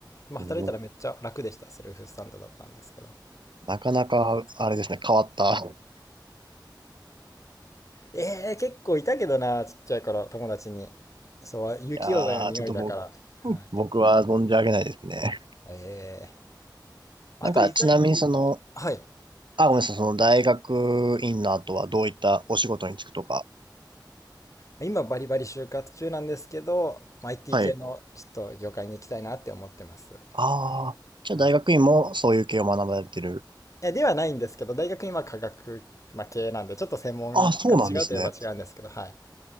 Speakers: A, on the left; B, on the right.
A: まあ、
B: おー
A: 働いたらめっちゃ楽でした。セルフスタンドだったんですけど。
B: なかなか、あれですね、変わった。い
A: ええー結構いたけどな、ちっちゃい頃、友達に。そう、雪溶剤の匂いだから。
B: やー、ちょっともう、
A: は
B: 僕は存じ上げないですね。
A: い、ええーあと、
B: なんか、
A: いざ、
B: ちなみにその、
A: はい。
B: あ、ごめんなさい、その大学院の後はどういったお仕事に就くとか。
A: 今、バリバリ就活中なんですけど、まあ IT
B: はい。
A: 系のちょっと業界に行きたいなって思ってます。
B: ああ、
A: はい。
B: じゃあ大学院もそういう系を学ばれてる。
A: いやではないんですけど、大学今、科学、まあ、系なんで、ちょっと専門が違うといえば違うんですけど、
B: あ、そうなんですね。
A: はい。